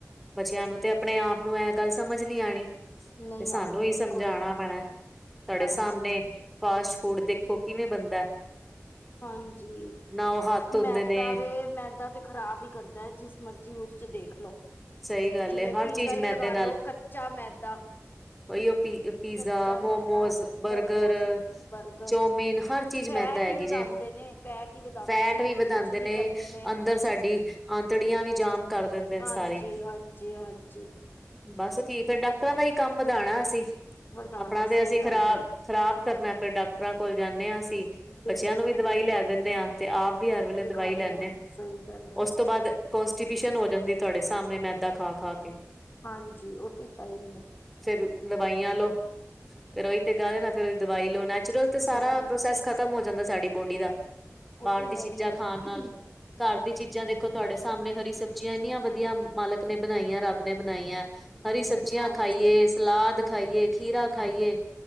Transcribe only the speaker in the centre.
ਬੱਚਿਆਂ ਨੂੰ ਤੇ ਆਪਣੇ ਆਪ ਨੂੰ ਇਹ ਗੱਲ ਸਮਝ ਨਹੀ ਆਉਣੀ
ਤੇ ਸਾਨੂੰ
ਹੀ
ਸਮਝਾਣਾ ਪੈਣਾ ਤੁਹਾਡੇ
ਸਾਮਣੇ ਫਾਸਟ-ਫੂਡ ਦੇਖੋ ਕਿਵੇਂ ਬਣਦਾ ਹੈ
ਉਹ ਹੱਥ ਧੋਂਦੇ
ਨੇ
ਸਹੀ ਗੱਲ
ਏ ਹਰ
ਚੀਜ਼
ਮੈਦੇ
ਓਈ ਓ ਪੀ ਪੀਜ਼ਾ,
momos, burger,
chowmein ਹਰ ਚੀਜ਼
ਮੈਦਾ ਹੈਗੀ
ਜੇ,
ਫੈਟ
ਵੀ ਵਧਾਦੇ
ਨੇ
ਅੰਦਰ ਸਾਡੀ ਆਂਤੜੀਆਂ ਵੀ ਜਾਮ ਕਰ ਦਿੰਦੇ ਨੇ
ਸਾਰੀ।
ਬਸ ਕੀ ਫੇਰ ਡਾਕਟਰਾਂ ਦਾ ਹੀ ਕੰਮ ਵਧਾਉਣਾ ਅਸੀਂ
ਆਪਣਾ ਤੇ
ਅਸੀਂ ਖ਼ਰਾਬ-ਖ਼ਰਾਬ
ਕਰਨਾ ਏ, ਫਿਰ ਡਾਕਟਰਾਂ ਕੋਲ ਜਾਂਦੇ ਹਾਂ ਅਸੀਂ,
ਬੱਚਿਆਂ ਨੂੰ ਵੀ ਦਵਾਈ
ਲੈ ਦਿੰਦੇ ਹਾਂ, ਤੇ ਆਪ ਵੀ ਹਰ ਵੇਲੇ ਦਵਾਈ
ਲੈਂਦੇ
ਆ
ਉਸ ਉਸ ਤੋਂ ਬਾਅਦ ਕੋਂਸਟੀਪਿਸ਼ਨ ਹੋ ਜਾਂਦੀ ਤੁਹਾਡੇ ਸਾਹਮਣੇ ਮੈਦਾ ਖਾ-ਖਾ ਕੇ
ਫੇਰ ਦਵਾਈਆਂ ਲੋ, ਫੇਰ ਉਹੀ ਤੇ ਗਾਲ ਨਾ ਫਿਰ ਉ ਦਵਾਈ ਲੋ, ਨੈਚੁਰਲ ਤੇ ਸਾਰਾ
ਪ੍ਰੋਸੈਸ ਬਸ ਖ਼ਤਮ ਹੋ ਜਾਂਦਾ ਸਾਡੀ ਬੋਡੀ ਦਾ,
ਬਾਹਰ
ਦੀ ਚੀਜ਼ਾਂ
ਖਾਣ
ਨਾਲ ਘਰ ਦੀ ਚੀਜ਼ਾਂ ਦੇਖੋ ਤੁਹਾਡੇ ਸਾਹਮਣੇ ਹਰੀ ਸਬਜ਼ੀਆਂ ਇੰਨੀਆਂ ਵਧੀਆ ਮਾਲਕ ਨੇ ਬਣਾਈਆਂ, ਰੱਬ ਨੇ ਬਣਾਈਆਂ। ਹਰੀ ਸਬਜ਼ੀਆਂ
ਖਾਈਏ, ਸਲਾਦ ਖਾਈਏ, ਖੀਰਾ ਖਾਈਏ।